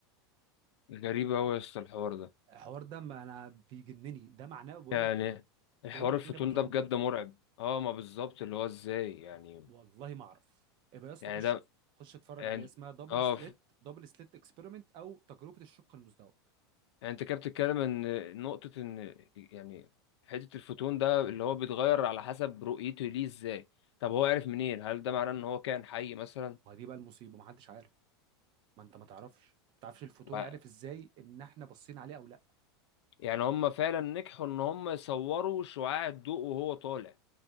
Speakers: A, on the left; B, on the right.
A: غريب قوي يا اسطى الحوار ده
B: الحوار ده ما انا بيجنني ده معناه بقول
A: يعني
B: لك
A: الحوار
B: كأن الدنيا
A: الفوتون
B: بترندر
A: ده بجد مرعب اه ما بالظبط اللي هو ازاي يعني
B: والله ما اعرف يبقى يا اسطى
A: يعني
B: خش
A: ده
B: خش اتفرج
A: يعني
B: عليها اسمها دبل
A: اه
B: سليت دبل سليت اكسبيرمنت او تجربه الشق المزدوج
A: يعني انت كده بتتكلم ان نقطة ان يعني حتة الفوتون ده اللي هو بيتغير على حسب رؤيته ليه ازاي طب هو عرف منين هل ده معناه ان هو كائن حي مثلا
B: ما دي بقى المصيبه ما حدش عارف ما انت ما تعرفش ما تعرفش الفوتون
A: و-
B: عارف ازاي ان احنا باصين عليه او لا
A: يعني هم فعلا نجحوا ان هم يصوروا شعاع الضوء وهو طالع